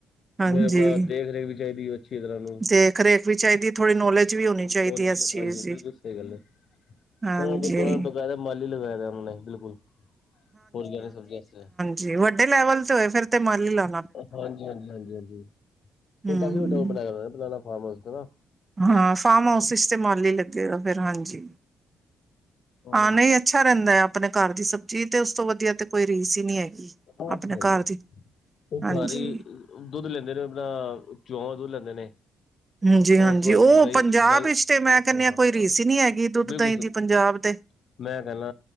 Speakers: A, on the right; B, on the left.
A: ਹਾਂਜੀ
B: ਨੇ ਅਪਣਾ ਦੇਖ ਰੇਖ ਵੀ ਚਾਈਦੀ ਅੱਛੀ ਤਰ੍ਹਾਂ ਨੂੰ
A: ਦੇਖ ਰੇਖ ਵੀ ਚਾਹੀਦੀ ਥੋੜ੍ਹੀ ਨੌਲੇਜ ਵੀ ਹੋਣੀ ਚਾਹੀਦੀ
B: ਨਾਲੇਜ
A: ਹੈ ਇਸ
B: ਵੀ
A: ਚੀਜ਼
B: ਹਾਂਜੀ,
A: ਦੀ
B: ਬਿਲਕੁਲ ਸਈ ਗੱਲ ਐ।
A: ਹਾਂਜੀ
B: ਉਨਾਂ ਕੋਲ ਉਨਾਂ ਬਕਾਇਦਾ ਮਾਲੀ ਲਬਿਆ ਦਾ ਉਨਾਂ ਨੇ ਬਿਲਕੁਲ ਓਰਗੈਨਿਕ ਸਬਜ਼ੀਆਂ ਅਸਤੇ।
A: ਜੇ ਵੱਡੇ ਲੈਵਲ ਤੇ ਹੋਏ ਫਿਰ ਤੇ ਮਾਲੀ ਲਾ
B: ਹਾਂਜੀ, ਹਾਂਜੀ, ਹਾਂਜੀ, ਹਾਂਜੀ,
A: ਹਮ
B: ਓ ਕਾਫ਼ੀ ਵੱਡਾ ਬਣਾਇਆ ਹੋਇਆ ਓਨਾਂ ਦਾ ਫਾਰਮ ਹਾਊਸ ਐਨਾ।
A: ਹਾਂ, ਫਾਰਮ ਹਾਊਸ ਚ ਤੇ ਮਾਲੀ ਲੱਗੇਗਾ ਫਿਰ ਹਾਂਜੀ।
B: ਹਾਂਜੀ
A: ਹਾਂ, ਨਈ ਅੱਛਾ ਰੈਂਦਾ ਹੈ ਅਪਣੇ ਘਰ ਦੀ ਸਬਜ਼ੀ ਤੇ ਉਸ ਤੋਂ ਵਦੀਆ ਤੇ ਕੋਈ ਰੀਸ ਈ ਨਈ ਹੈਗੀ।
B: ਓ
A: ਆਪਣੇ
B: ਹੈ ਈ,
A: ਘਰ ਦੀ
B: ਓ
A: ਹਾਂਜੀ
B: ਘਰ ਈ ਦੁੱਧ ਲੈਂਦੇ ਨੇ ਅਪਣਾ ਚੌਆਵਾ ਦੁੱਧ ਲੈਂਦੇ ਨੇ।
A: ਹਾਂਜੀ-ਹਾਂਜੀ,
B: ਉਸ ਤੋਂ ਬਾਅਦ
A: ਓ
B: ਦਹੀਂ
A: ਪੰਜਾਬ
B: ਦਹੀਂ
A: ਵਿਚ ਤੇ ਮੈਂ
B: ਹਾਂ
A: ਕੈਂਨੀ ਆ ਕੋਈ ਰੀਸ ਨਈ ਹੈਗੀ ਦੁੱਧ,
B: ਬਿਲਕੁਲ
A: ਦਹੀਂ ਦੀ ਪੰਜਾਬ ਦੇ।
B: ਮੈਂ ਕੈਣਾ